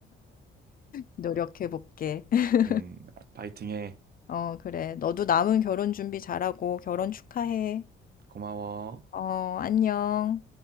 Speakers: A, on the left; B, on the right.
A: 노력해 볼게. <laughs>
B: 음, 파이팅해.
A: 어, 그래. 너도 남은 결혼 준비 잘하고 결혼 축하해.
B: 고마워.
A: 어, 안녕.